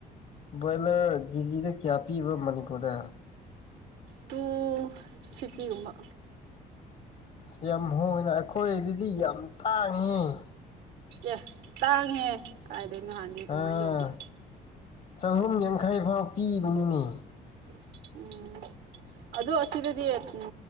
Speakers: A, on the left; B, on the right.
A: ꯕꯣꯏꯂꯔ ꯀꯦꯖꯤꯗ ꯀ꯭ꯌꯥ ꯄꯤꯕ꯭ꯔꯥ ꯃꯅꯤꯄꯨꯔꯗ
B: ꯇꯨ ꯐꯤꯐꯇꯤꯒꯨꯝꯕ
A: <unintelligible> ꯌꯥꯝ ꯍꯣꯡꯉꯦꯅ ꯑꯩꯈꯣꯏꯗꯗꯤ ꯌꯥꯝ ꯇꯥꯡꯉꯦ
B: ꯑꯦ ꯇꯥꯡꯉꯦꯍꯦ ꯀꯥꯏꯗꯩꯅꯣꯍꯥꯟꯗꯤ ꯑꯗꯨꯃꯥꯏ
A: ꯑꯥ
B: ꯌꯧꯗꯦꯍꯦ꯫
A: ꯆꯍꯨꯝ ꯌꯥꯡꯈꯩꯐꯥꯎ ꯄꯤꯕꯅꯤꯅꯦ꯫
B: ꯎꯝ ꯑꯗꯣ ꯑꯁꯤꯗꯗꯤ ꯎꯝ